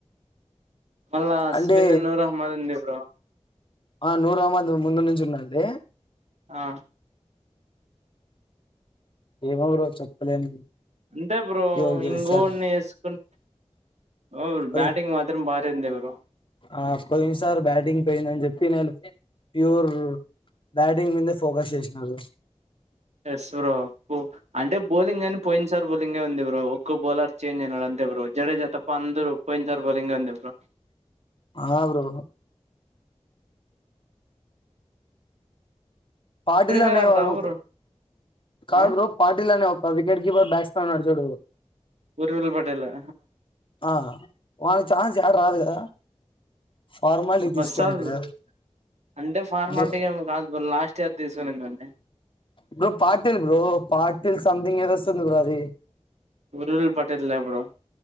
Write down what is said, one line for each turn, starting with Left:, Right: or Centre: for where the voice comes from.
Right: మల్ల
Left: అంటే
Right: స్పిన్ నూరు మళ్ళుంది బ్రో
Left: ఆ నూరు అమద్ ముందు నుంచి ఉన్నడు లే
Right: ఆ
Left: ఏమవరు చెప్పలేం
Right: అంతే బ్రో
Left: ఎవరు గెలుస్తారు
Right: ఇంగోన్ వేసుకున్ ఓ
Left: పోయి
Right: బ్యాటింగ్ మాత్రం బాన్ ఎంద్ ఎవరు
Left: ఆ పోయిన్ సార్ బ్యాటింగ్ పోయిందని చెప్పి నేను ప్యూర్ బ్యాటింగ్ మీదే ఫోకస్ చేసినారు
Right: ఎస్ బ్రో అంటే బౌలింగ్ అని పోయింది సార్ బౌలింగే ఉంది బ్రో ఒక్కో బౌలర్ చేంజ్ అయినాడు అంతే బ్రో జడేజ త పందరు పోయిన్ సారి బోలింగ్ అంతే బ్రో
Left: హా బ్రో పాటిల్
Right: ఫ్రీ ఫైర్
Left: అనే
Right: ఆడతావా
Left: వోడు
Right: బ్రో
Left: కాదు
Right: ఆ
Left: బ్రో పాటీల్ అనే ఒక్ ఒక వికెట్ కీపర్ బ్యాట్స్ మెన్ ఉన్నాడు చూడు
Right: ఉరుగుల పటేలా
Left: ఆ వాళ్ళకి ఛాన్స్ యాడ రాదు కదా ఫార్మాలిటీకి తీసుకెనడు
Right: వస్తాది బ్రో
Left: కదా
Right: అంటే ఫార్మాలిటీ
Left: బ్రో
Right: ఏం కాదు బ్రో లాస్ట్ ఇయర్ తీసుకునిందండి
Left: బ్రో పార్టిల్ బ్రో పాటిల్ సం ఇంకేందస్తది బ్రో అది
Right: ఉరుల్ పటేల్ల బ్రో